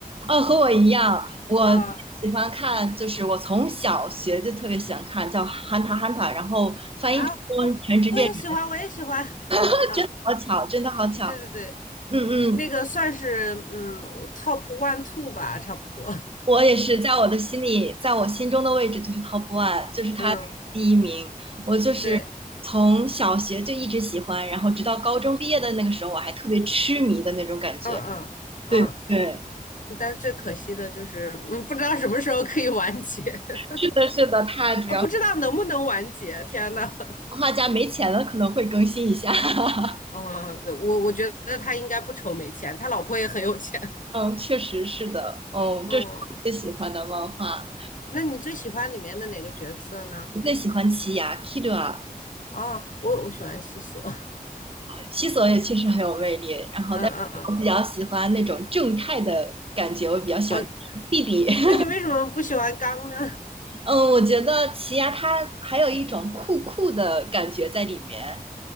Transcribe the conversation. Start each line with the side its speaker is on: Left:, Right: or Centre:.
Right: 哦，和我一样，
Left: <laughs>
Right: 我喜欢看，
Left: 啊
Right: 就是我从小学就特别喜欢看，叫《hunter 汉塔汉塔》，然后翻译成中文《全职猎人》，
Left: 啊，我也喜欢，我也喜欢。
Right: <laughs>
Left: 啊。
Right: 真的好巧，真的好巧。
Left: 对对对，
Right: 嗯嗯，
Left: 那个算是嗯 top one two 吧，差不多。
Right: 我也是在我的心里，在我心中的位置就是 top one，就是他第一名。
Left: 嗯，
Right: 我就是从小学就一直喜欢，
Left: 对，
Right: 然后直到高中毕业的那个时候，我还特别痴迷的那种感觉。
Left: 嗯嗯嗯。
Right: 对对，
Left: 但最可惜的就是，嗯，不知道什么时候可以完结 <laughs>
Right: 是的，是的，他主要是
Left: 啊，不知道能不能完结。天呐，
Right: 动画家没钱了，可能会更新一下。<laughs>
Left: 啊，我我觉得他应该不愁没钱，他老婆也很有钱。
Right: 嗯，确实是的，嗯，
Left: 嗯，
Right: 这是我最喜欢的漫画，
Left: 那你最喜欢里面的哪个角色呢？
Right: 我最喜欢奇牙 Kira，
Left: 啊，我我喜欢西索。
Right: 西索也确实很有魅力，然后但是我比较喜欢那种正太的感觉，
Left: 嗯嗯嗯，
Right: 我比较喜欢弟弟，
Left: 啊，
Right: <laughs>
Left: 那你为什么不喜欢刚呢？
Right: 嗯，我觉得奇牙他还有一种酷酷的感觉在里面，